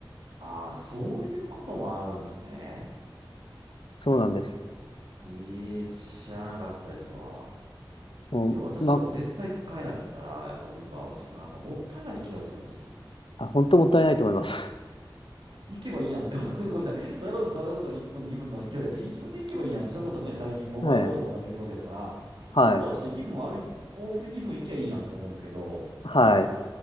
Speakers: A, on the right; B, on the left.
A: あー、そういうこともあるんですね。
B: そうなんです。
A: ええ、知らなかったですわ。
B: もう、
A: いや、私は絶対使えないですから、
B: ま、
A: やっぱウーバーはちょっとなんかもったいない気がするんですよ。
B: あ、本当もったいないと思います。
A: 行けばいいやんって思う。<laughs> ごめんなさい。それこそ、それこそ1分、2分の距離だったら、い自分で行けばいいやんって、それこそね、最近モバイルオーダーとかできるわけですから、
B: <laughs> はい。はい。
A: オーダーして2分歩いて、往復で2分行けばいいやんと思うんですけど、
B: はい。